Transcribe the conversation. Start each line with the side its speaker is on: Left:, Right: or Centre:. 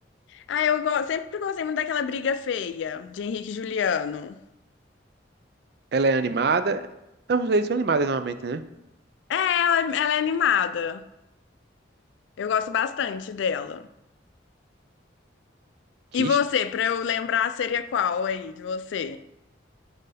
Left: Ah, eu go- sempre gostei muito daquela Briga Feia, de Henrique e Juliano.
Right: Ela é animada? Não, vocês são animadas normalmente, né?
Left: É, ela, ela é animada. Eu gosto bastante dela.
Right: Que
Left: E você,
Right: est...
Left: pra eu lembrar, seria qual aí de você?